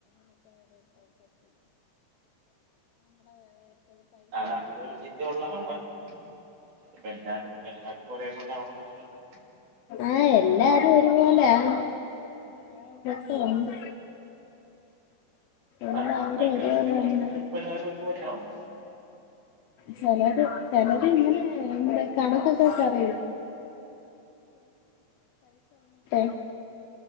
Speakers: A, on the right; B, on the left.
A: ആ അങ്ങനെ ഒരു ചിന്ത ഉള്ള ആളാണ് <unintelligible> പെ എല്ലാരും എല്ലാരും <inaudible>
B: ആ എല്ലാരും ഒരുപോലെ ആണ് എന്റട്ത് ഉണ്ട് എല്ലാവരും
A: ആ അയിക്കാണെങ്കിൽ
B: ഒരുപോലെ
A: ഇപ്പം
B: തന്നെ
A: <unintelligible> പൊര്ആവും
B: സെലറി സെലറി ഇങ്ങനെ എന്താ കണക്കൊക്കെ വെച്ചറിയോ <unintelligible>